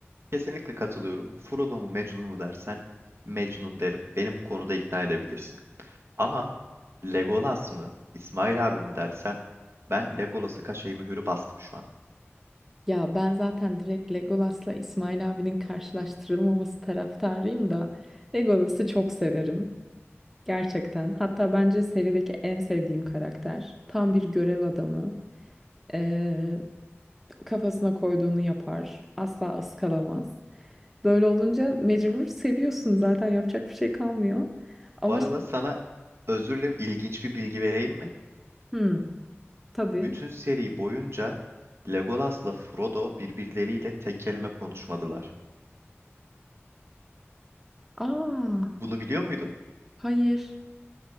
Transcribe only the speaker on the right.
Kesinlikle katılıyorum. Frodo mu Mecnun mu dersen Mecnun derim. Beni bu konuda ikna edebilirsin. Ama Legolas mı İsmail abi mi dersen ben Legolas'a kaşeyi mühürü bastım şu an.
Bu arada
sana özür dilerim ilginç bir bilgi vereyim
Bütün seri boyunca Legolas'la Frodo birbirleriyle tek kelime konuşmadılar.
Bunu biliyor muydun?